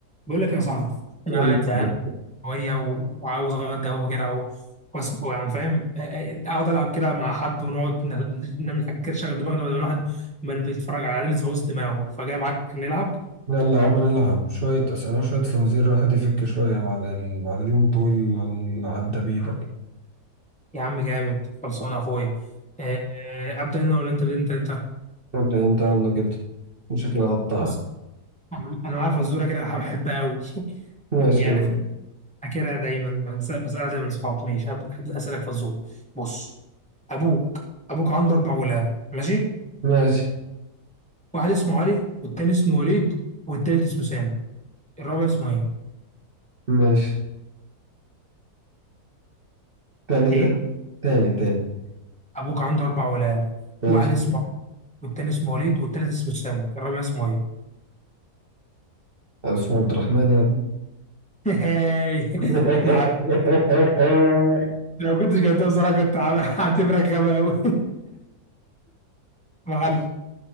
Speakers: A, in the centre; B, on the right.
A: بقول لك يا صاحبي انا
B: يلا
A: قاعد زهقان شويه و- وعاوز اغير جو كده و- وأس- ويعني فاهم آه، آه، اقعد العب كده مع حد ونقعد ن- نعمل حاجه كده شغل دماغنا بدل الواحد ما اللي بيتفرج على ريلز بوظ دماغه فجاي معاك نلعب
B: يلا يا عم نلعب شوية أسئلة شوية فوازير الواحد يفك شوية بعد ال... بعد اليوم الطويل اللي عدى بيه ده
A: يا عم جامد خلصانه يا اخويا آه، آه، ابدا انا ولا انت انت انت
B: ابدأ أنت يلا كده شكلي هقطعك
A: بص انا أنا معايا فزوره كده بحبها قوي <laughs>
B: ماشي
A: يعني
B: يلا.
A: فاكرها دايما بنسى- بسالها دايما اصحابي ماشي هبدا هبدأ اسالك فزوره بص ابوك ابوك عنده اربع ولاد ماشي
B: ماشي
A: واحد اسمه علي والتاني اسمه وليد والتالت اسمه سامي الرابع اسمه ايه؟
B: ماشي تاني
A: ايه؟
B: تاني تاني تاني
A: ابوك عنده اربع ولاد
B: ماشي
A: واحد اسمه علي والتاني اسمه وليد والتالت اسمه سامي الرابع اسمه ايه؟
B: اسمه عبد الرحمن يا ابني
A: <laughs> هاي
B: <laughs>
A: ما عرف- لو كنتش جبتها بصراحة كنت عامل- هعتبرك غبي قوي <laughs> مغل